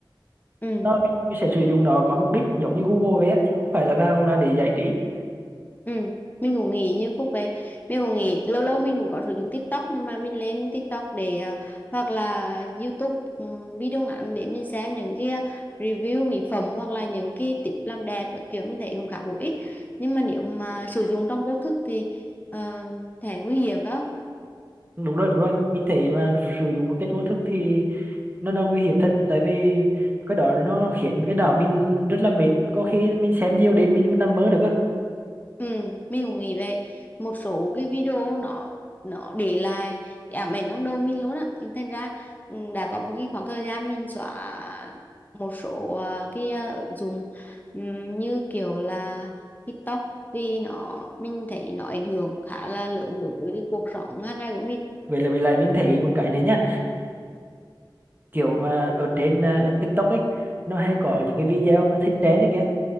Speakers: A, on the left; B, on the right.
A: ừ
B: nó mình, mình sẽ sử dụng
A: Ừ.
B: nó có mục đích giống như Google vậy á chứ không phải là vào là để giải trí
A: Ừ, mình cũng nghĩ như Phúc về mình cũng nghĩ lâu lâu mình cũng có sử dụng TikTok nhưng mà mình lên TikTok để à, hoặc là YouTube ừm, video ngắn để mình xem những cái à, review mỹ phẩm hoặc là những cái tip làm đẹp các kiểu mình thấy cũng khá bổ ích nhưng mà nếu mà sử dụng trong vô thức thì uh, thể nguy hiểm phải không?
B: đúng rồi đúng rồi mình thấy mà sử dụng một cái vô thức thì nó nó nguy hiểm thật tại vì cái đó nó khiến cái đầu mình rất là mệt có khi mình xem nhiều đêm mình còn nằm mơ được cơ
A: Ừ, mình cũng nghĩ vậy một số cái video nó nó để lại cái ám ảnh trong đầu mình luôn á thành ra ừ, đã có một cái khoảng thời gian mình xóa một số à, cái à, ứng dụng ừm, như kiểu là TikTok vì nó mình thấy nó ảnh hưởng khá là lớn đối với cái cuộc sống hàng ngày của mình
B: vậy là vậy là mình thấy một cái này nhá kiểu mà ở trên à, TikTok ấy nó hay có những cái video mà thinh tén đấy kìa